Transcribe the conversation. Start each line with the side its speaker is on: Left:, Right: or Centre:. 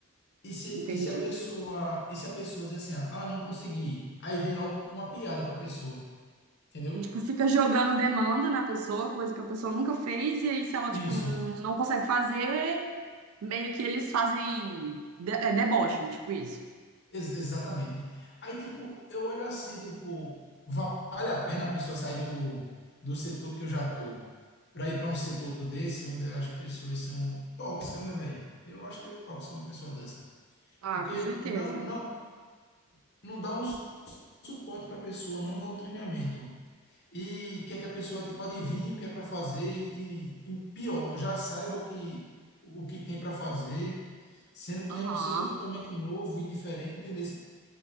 Left: E se,
Right: Entendi.
Left: e se a pessoa, e se a pessoa diz assim, ah, não consegui, aí vem logo uma piada para a pessoa, entendeu?
Right: E, tipo, fica jogando demanda na pessoa, coisa que a pessoa nunca fez, e aí, se ela, tipo,
Left: Isso.
Right: não consegue fazer, meio que eles fazem de é, deboche, tipo isso.
Left: Ex- exatamente. Aí, tipo, eu olho assim e digo, pô, va- vale a pena a pessoa sair do, do setor que eu já tô para ir para um setor desse, onde as pessoas são tóxicas, né, velho? Eu acho que é tóxico uma pessoa dessa.
Right: Ah,
Left: Porque
Right: com certeza.
Left: não, não, não dá um su- suporte para a pessoa, não dá um treinamento. E quer que a pessoa, tipo, adivinhe o que é para fazer e, e, pior, já saiba o que, o que tem para fazer, sendo que
Right: Aham.
Left: é um setor totalmente novo e diferente, entendeu?